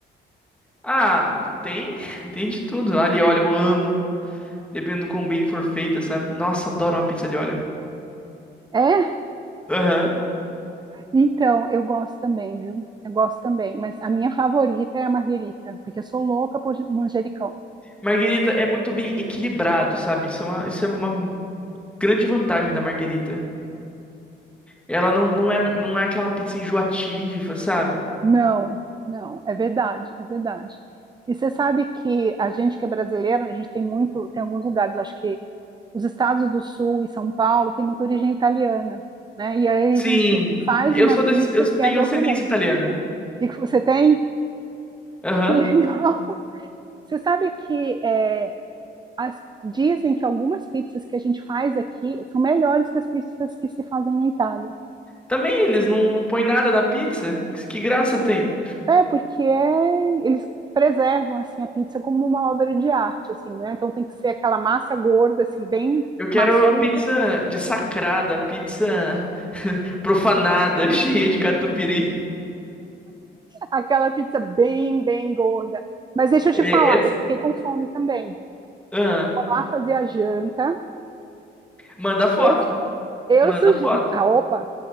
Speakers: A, in the centre; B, on the right (about 20°).
A: Ah, tem, <laughs> tem de tudo. Alho e óleo eu amo, dependendo do quão bem for feita, sabe? Nossa, adoro uma pizza de óleo.
B: É?
A: Aham.
B: Então, eu gosto também, viu? Eu gosto também. Mas a minha favorita é a marguerita, porque eu sou louca por manjericão.
A: Marguerita é muito bem equilibrado, sabe? Isso é uma, isso é uma grande vantagem da Marguerita. Ela não, não é, não é aquela pizza enjoativa, sabe?
B: Não, não, é verdade, é verdade. E você sabe que a gente que é brasileiro, né, a gente tem muito, tem alguns lugares, acho que os estados do Sul e São Paulo tem muita origem italiana, né? E aí
A: Sim,
B: a gente faz
A: eu
B: uma
A: sou
B: pizza
A: desse, eu
B: que
A: tenho
B: é do
A: ascendência
B: outro mundo.
A: italiana.
B: E que você tem?
A: Aham.
B: Que legal! <laughs> Você sabe que é, as- dizem que algumas pizzas que a gente faz aqui são melhores que as pizzas que se fazem na Itália.
A: Também eles não, não põem nada na pizza. Que, que graça tem?
B: É, porque é- eles preservam assim a pizza como uma obra de arte, assim, né? Então tem que ser aquela massa gorda, assim, bem
A: Eu quero
B: maçuda,
A: a pizza dessacrada, a pizza <laughs> profanada, cheia de catupiry.
B: aquela pizza bem, bem gorda. Mas deixa eu
A: É,
B: te falar,
A: é...
B: eu fiquei com fome também.
A: Ah,
B: Vou lá fazer a janta.
A: manda foto.
B: Eu, eu
A: Manda
B: sugiro,
A: foto.
B: ah, opa,